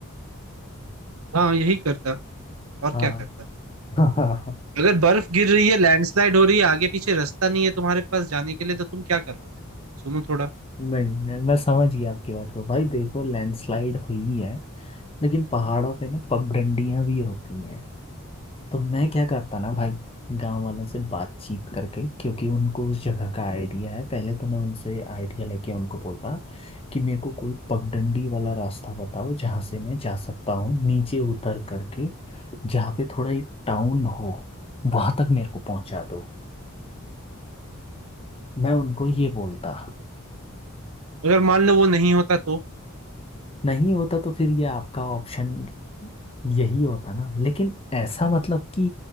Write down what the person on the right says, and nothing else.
हाँ यही करता और
क्या करता
अगर बर्फ गिर रही है लैंडस्लाइड हो रही है आगे पीछे रास्ता नहीं है तुम्हारे पास जाने के लिए तो तुम क्या कर लोगे सुनो थोड़ा
अगर मान लो वो नहीं होता तो